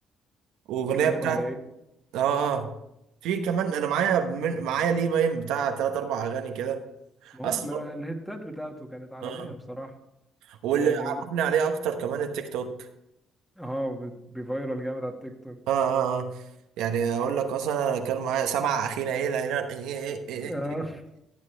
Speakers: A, on the right; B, in the centre.
A: واغنيه
B: كلام
A: بتاعت
B: على ايه
A: اه اه في كمان انا معايا من... معايا ليه باين بتاع تلات اربع اغاني كده
B: ما
A: اصل
B: هم ال- الهتات بتاعته كانت عالميه
A: اه
B: بصراحه
A: واللي
B: يعني
A: عرفني عليه اكتر كمان التيك توك
B: اه بي- بيفيرال جامد على التيك توك
A: اه اه آه. يعني اقول لك مثلا انا كان معايا سمع اخينا ايه العيلة إيه إيه
B: آه، <laughs>